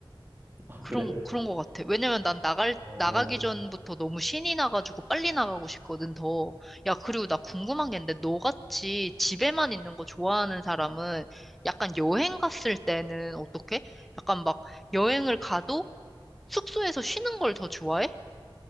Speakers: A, on the right (about 25°); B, in the centre.
A: <laughs> 아
B: 그런,
A: 그래?
B: 그런 것 같아. 왜냐면 난 나갈,
A: 어.
B: 나가기 전부터 너무 신이 나가지고 빨리 나가고 싶거든, 더. 야, 그리고 나 궁금한 게 있는데, 너같이 집에만 있는 거 좋아하는 사람은 약간 여행 갔을 때는 어떻게? 약간 막 여행을 가도 숙소에서 쉬는 걸 더 좋아해?